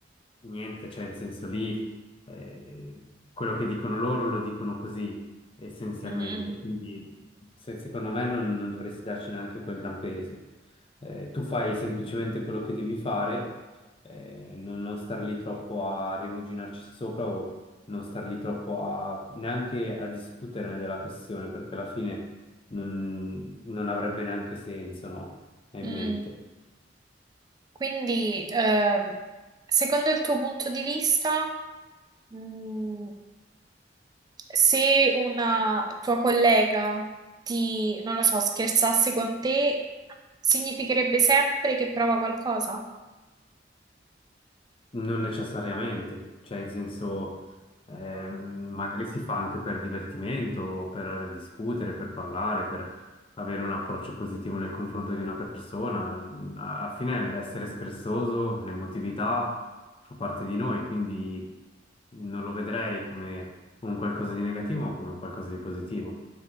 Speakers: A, on the left (about 30°); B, on the right (about 20°).
A: niente, cioè in senso lì eh, quello che dicono loro lo dicono così essenzialmente,
B: Mm,
A: quindi se- secondo me non, non dovresti darci neanche quel gran peso. Eh, tu fai semplicemente quello che devi fare, eh, non, non star lì troppo a rimuginarci sopra o non star lì troppo a, neanche a discuterne della questione, perché alla fine non, non avrebbe neanche senso, no? È in
B: mm,
A: mente.
B: mm. Quindi, ehm, secondo il tuo punto di vista, mm, se una tua collega ti, non lo so, scherzasse con te, significherebbe sempre che prova qualcosa?
A: Non necessariamente, cioè in senso ehm, magari si fa anche per divertimento, o per discutere, per parlare, per avere un approccio positivo nel confronto di una persona. Alla fine l'essere scherzoso, l'emotività fa parte di noi, quindi non lo vedrei come un qualcosa di negativo, ma come un qualcosa di positivo.